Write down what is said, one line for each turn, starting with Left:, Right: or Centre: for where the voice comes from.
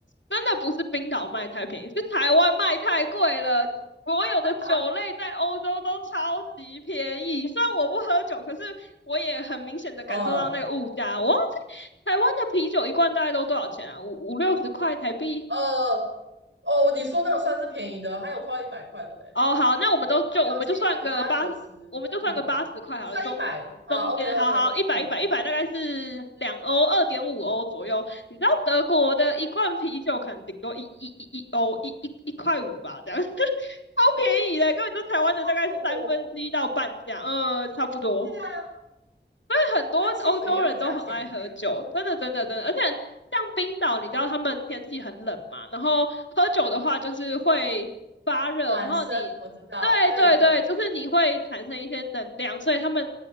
Left: 真的不是冰岛卖太便宜，是台湾卖太贵了。所有的酒类在欧洲都超级便宜，
Right: <laughs>
Left: 虽然我不喝酒，可是我也很明显的感受到那个物价。
Right: 嗯，
Left: 我忘记台湾的啤酒一罐大概都多少钱啊？五五六十块台币。
Right: 呃，哦，你说那个算是便宜的，还有快要一百块的嘞，
Left: 哦，好，那我们都就我们就算个八，
Right: 六七十八九十，
Left: 我们就算个八十块好了，
Right: 嗯，你算一百啊？OK
Left: 中中间，
Right: OK，
Left: 好好，一百一百一百大概是两欧，
Right: 嗯，
Left: 二点五欧左右。你知道德国的一罐啤酒可能顶多一一一一欧，一一一块五吧，这样 <laughs>，超便宜的，根本就台湾的大概三分之一到半价，
Right: 差这么多哦，
Left: 嗯，差不多。
Right: 对呀。
Left: 为很多欧洲人都很爱喝酒，
Right: 跟汽水一样的价钱呢、<laughs>
Left: 真的真的真的，而且像冰岛，你知道他们天气很冷嘛，然后喝酒的话就是会发热，
Right: 暖身我知道，
Left: 然后你对对对，
Right: 对对对，
Left: 就是你会产生一些能量，所以他们